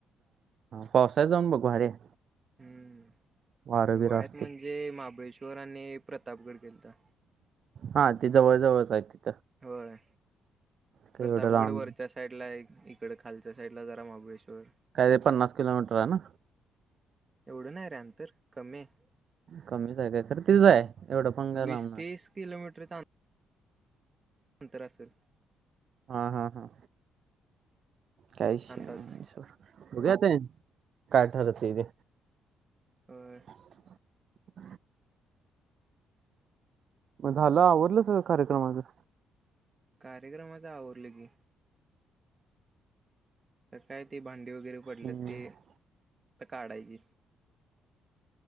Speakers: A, on the right (about 60°); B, on the right (about 30°).
A: पावसाळ्यात जाऊन बघ भारी आहे.
B: हम्म
A: वारं
B: हिवाळ्यात
A: बिरं असते.
B: म्हणजे महाबळेश्वर आणि प्रतापगड गेलता.
A: हा ते जवळ जवळच आहेत.
B: होय,
A: काही
B: प्रतापगड
A: एवढं लांब
B: वरच्या साईड ला एक इकड खालच्या साईड ला जरा महाबळेश्वर.
A: काय ते पन्नास किलोमीटर आहे ना.
B: एवढं नाही रे अंतर कमी आहे.
A: कमीच आहे काय तर तिच आहे एवढं पण काय
B: वीस
A: लांब नाही.
B: तीस किलोमीटरचा अं अंतर असल.
A: हा हा हा, काय विषय
B: अंदाज
A: नाही सोड. <unintelligible> काय ठरतय ते.
B: होय.
A: <inaudible> मग झालं आवरलं सगळं कार्यक्रमाच.
B: कार्यक्रमाच आवरलं की. तर काय ती भांडी वगैरे पडल्या
A: हम्म
B: ते, <unintelligible> काढायची.